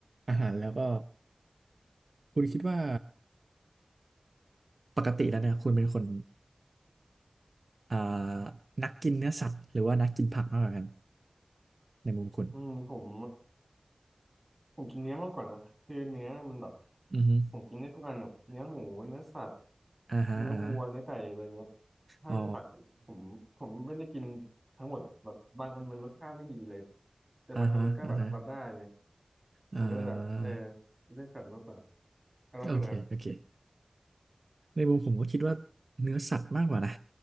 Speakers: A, on the right; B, on the right.
A: อาหารแล้วก็คุณคิดว่าปกติแล้วเนี่ยคุณเป็นคนอ่านักกินเนื้อสัตว์หรือว่านักกินผักมากกว่ากันในมุมคุณ
B: อืมผมผมกินเนื้อมากกว่านะคือเนื้อมันแบบ
A: อือฮึ
B: ผมกินได้ทุกอันแบบเนื้อหมูเนื้อสัตว์
A: อ่าฮะอ่าฮะ
B: เนื้อวัวเนื้อไก่อะไรเงี้ยถ้าเป็นผักผมผมไม่ได้กิน
A: อ๋อ
B: ทั้งหมดหรอกแบบบางอันมันรสชาติไม่ดีเลยแต่บางอันมันก็แบบรับได้ไง
A: อ่าฮะอ่าฮะ
B: ผมก็เลยแบบเออ
A: อ่า
B: ได้สัตว์มากกว่าอ่าแล้วคุณล่ะครับ
A: โอเคโอเคในมุมผมก็คิดว่าเนื้อสัตว์มากกว่านะ